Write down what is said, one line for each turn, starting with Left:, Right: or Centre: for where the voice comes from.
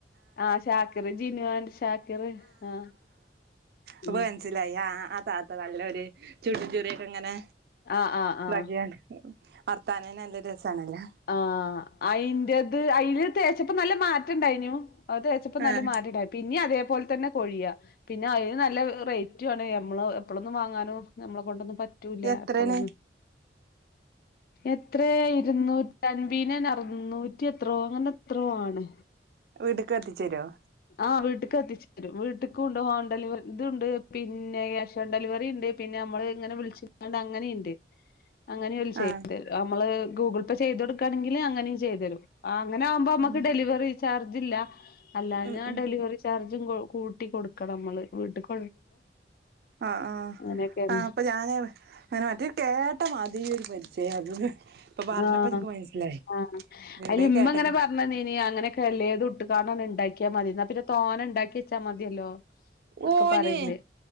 Left: ആഹ് ശാക്കിർ ജിനു ആൻഡ് ശാക്കിർ ആഹ്
Right: അപ്പൊ
Left: ഉം
Right: മനസ്സിലായി ല്ലേ ആഹ് ആഹ് ആതാത്ത നല്ലൊരു ചുണ്ടുംചിറിയൊക്കെ ങ്ങനെ
Left: ആഹ് ആഹ് ആഹ്
Right: ഇതാക്കിക്കാണ്ട് വർത്താനെന്നെ നല്ല രസാണല്ലോ
Left: ആഹ് അയിൻറത് അയിൽ തേച്ചപ്പം നല്ല മാറ്റം ഇണ്ടായിനും അത് തേച്ചപ്പോ നല്ല
Right: ആഹ്
Left: മാറ്റണ്ടായി പിന്നേം അതേപോലെ തന്നെ കൊഴിയാ പിന്നെ അയിന് നല്ല റേറ്റും ആണ് നമ്മള് എപ്പോളൊന്നും വാങ്ങാനും നമ്മളെ കൊണ്ടൊന്നും പററൂ- -റ്റൂല്ലാ
Right: എത്രേണ്
Left: എപ്പോളൊന്നും എത്രയ ഇരുന്നൂറ്റ- ൻബീനൻ അറുന്നൂറ്റി എത്രോ അങ്ങനെ എത്രോ ആണ്
Right: വീട്ടിക്ക് എത്തിച്ചു തരുവോ
Left: ആഹ് വീട്ടിക്ക് എത്തിച്ചു തരും വീട്ടിക്ക് ഉണ്ട് ഹോം ഡെലിവ ഇത്ണ്ട് പിന്നെ കാഷ് ഓൺ ഡെലിവറി ഉണ്ട് പിന്നെ നമ്മള് ഇങ്ങനെ വിളിച്ചിങാണ്ട് അങ്ങനെയുണ്ട് അങ്ങനെയും ഓല് ചെയ്തുതരും
Right: ആഹ്
Left: നമ്മള് ഗൂഗിൾ പേ ചെയ്ത് കൊടുക്കുകയാണെങ്കിൽ അങ്ങനെയും ചെയ്തു തരും ആഹ് അങ്ങനെ ആവുമ്പോ നമുക്ക്
Right: ആഹ്
Left: ഡെലിവറി ചാർജ് ഇല്ല അല്ലാഞ്ഞാ
Right: ഉം ഉം
Left: ഡെലിവറി ചാ- ചാർജും കോ കൂട്ടി കൊടുക്കണം നമ്മള് വീട്ടിക്
Right: ആഹ് ആഹ്
Left: അങ്ങനെയൊക്കെയാണ്
Right: ആഹ് അപ്പൊ ഞാന് അങ്ങനെ മറ്റേ കേട്ട മാതിരി ഒരു പരിചയം അത് ഇപ്പൊ പറഞ്ഞപ്പോ
Left: ആഹ്
Right: എനിക്ക് മനസ്സിലായി
Left: ആഹ്
Right: എവിടെ
Left: അലിമ്മങ്ങനെപറ
Right: കേട്ടക്ക
Left: നനി അങ്ങനൊക്കെല്ലേത്ട്ട് കാണ് ഉണ്ടാക്കിയാ മതി എന്നാൽ പിന്നെ തോന ഉണ്ടാക്കി വെച്ചാ മതിയല്ലോ എന്നൊക്കെ
Right: ഓന്
Left: പറയണ്ട്